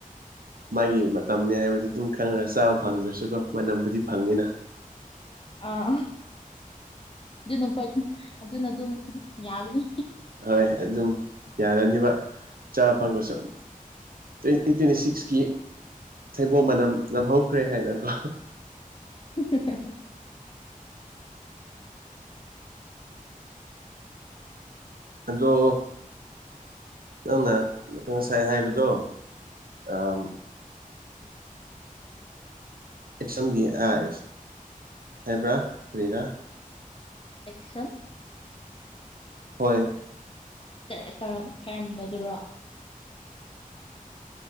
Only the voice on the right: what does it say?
ꯃꯥꯒꯤ ꯃꯇꯝꯅꯦ ꯍꯥꯏꯕꯗꯨ ꯗꯨꯝ ꯈꯪꯔꯦ ꯆꯥꯕ ꯐꯪꯗ꯭ꯔꯁꯨꯀꯣ ꯃꯅꯝꯕꯨꯗꯤ ꯐꯪꯉꯤꯅ
ꯍꯣꯏ ꯑꯗꯨꯝ ꯌꯥꯔꯅꯤꯕ ꯆꯥꯕ ꯐꯪꯗꯔ꯭ꯁꯨ ꯇ꯭ꯋꯦꯟ ꯇ꯭ꯋꯦꯟꯇꯤ ꯁꯤꯛꯁꯀꯤ ꯊꯩꯕꯣꯡ ꯃꯅꯝ ꯅꯝꯍꯧꯈ꯭ꯔꯦ ꯍꯥꯏꯅꯒꯣ
ꯑꯗꯣ ꯅꯪꯅ ꯉꯁꯥꯏ ꯍꯥꯏꯕꯗꯣ ꯑꯥꯝ ꯑꯦꯛꯁꯝꯒꯤ ꯑꯥꯏ ꯍꯥꯏꯕ꯭ꯔꯥ ꯀꯔꯤꯔꯥ
ꯍꯣꯏ